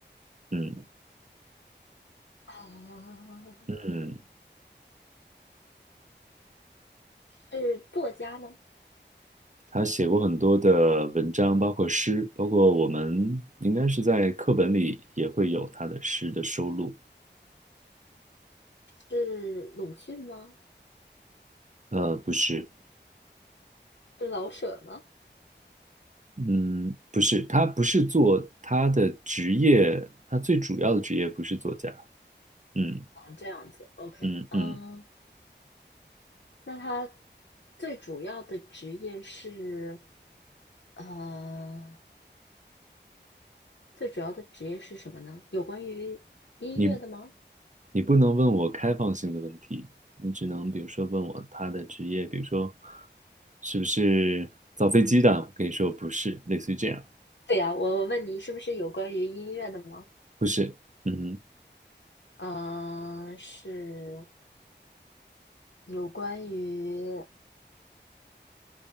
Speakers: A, on the right (about 40°); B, on the left (about 80°).
A: 嗯
B: 啊，
A: 嗯，
B: 是作家吗？
A: 他写过很多的文章，包括诗，包括我们应该是在课本里也会有他的诗的收录，
B: 是鲁迅吗？
A: 呃，不是，
B: 是老舍吗？
A: 嗯，不是，他不是做他的职业，他最主要的职业不是作家，嗯
B: 这样子，OK，
A: 嗯嗯。
B: 嗯，那他最主要的职业是呃，最主要的职业是什么呢？有关于音乐的吗？
A: 你你不能问我开放性的问题，你只能比如说问我他的职业，比如说是不是造飞机的，我可以说不是，类似于这样，
B: 对呀，我问你是不是有关于音乐的吗？
A: 不是，嗯哼
B: 嗯，是有关于